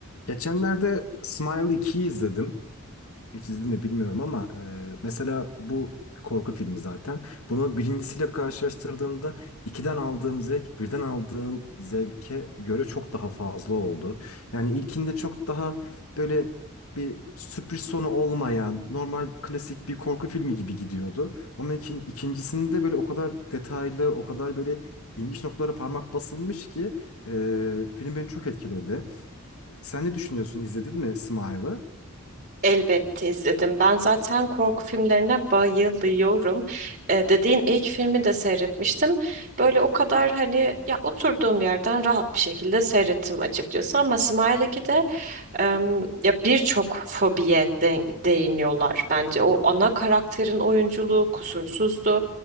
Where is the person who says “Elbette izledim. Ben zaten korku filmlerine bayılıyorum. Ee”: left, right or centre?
Right